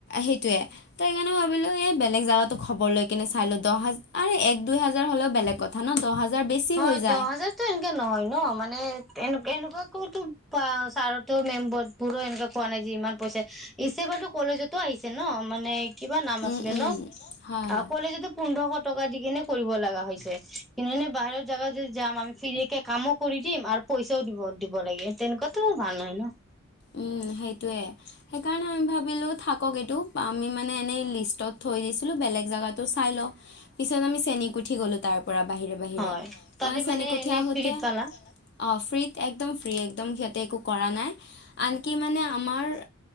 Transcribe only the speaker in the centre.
হয়
দহ
হাজাৰতো এনেকা নহয় ন মানে এনে এনেকোৱাতো আ ছাৰহতেও মেম্বৰত বোৰো এনেকা কোৱা নাই যে ইমান পইচা ইচেবলতো কলেজতো আহিছে ন মানে কিবা নাম
আছিলে
ন
আৰু
কলেজতো পোন্ধৰশ টকা দি কেনে কৰিব লগা হৈছে, কিন্তু এনে বাহিৰত যোৱা যদি যাম আৰু ফ্ৰীকে কামো কৰি দিম আৰু পইচাও দিব দিব লাগে তেনেকোৱাতো হোৱা নাই ন
হয়
তাতে মানে
এনে
ফ্ৰীত
পালা